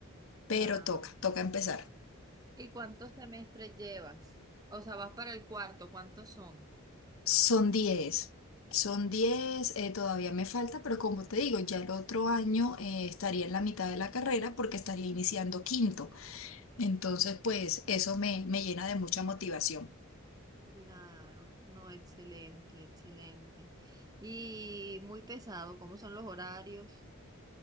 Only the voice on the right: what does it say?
La...
¿Y cuántos semestres llevas? O sea, vas para el cuarto, ¿cuántos son?
Claro, no, excelente, excelente. Y muy pesado, ¿cómo son los horarios?